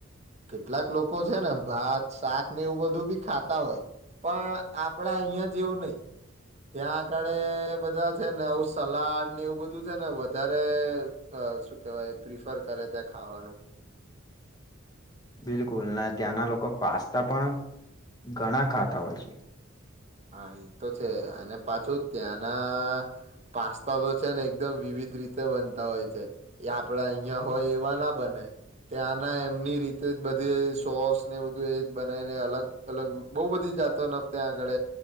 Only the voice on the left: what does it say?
બિલકુલ ત્યાંના લોકો પાસ્તા પણ ઘણા ખાતા હોય છે